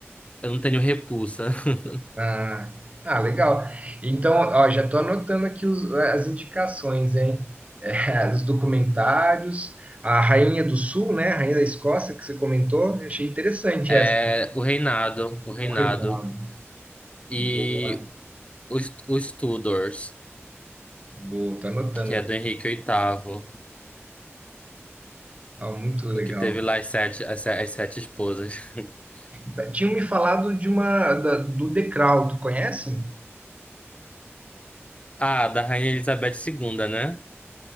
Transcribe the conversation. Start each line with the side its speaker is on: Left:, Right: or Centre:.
Left: eu não tenho repulsa. <laughs>
Right: Ah, ah, legal. Então, ó, já tô anotando aqui os- as indicações, hein? É, <laughs> os documentários, a Rainha do Sul, né? A Rainha da Escócia, que você comentou, eu achei interessante
Left: É
Right: essa.
Left: o Reinado, o Reinado
Right: O reinado.
Left: e
Right: Boa,
Left: os, os Tudors,
Right: boa, tô anotando.
Left: que é do Henrique VIII,
Right: Ah, muito legal.
Left: o que teve lá as sete, as, se- as sete esposas. <laughs>
Right: Tá, Tinham me falado de uma da- do The Crown, tu conhece?
Left: Ah, da Rainha Elizabeth II, né?